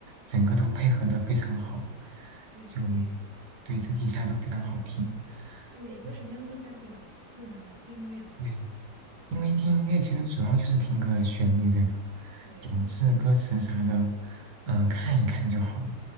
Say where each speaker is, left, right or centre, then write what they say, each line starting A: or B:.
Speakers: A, on the right (about 80°); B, on the right (about 20°).
A: 整个都配合的非常好，
B: 对对对
A: 就对，整体下来都非常好听。
B: 对，为什么要那么在乎咬字呢？
A: 嗯，
B: 音乐嘛，
A: 对，因为听音乐其实主要就是听个旋律，对吧？
B: 对对对
A: 咬字、歌词啥的，嗯、看一看就好了，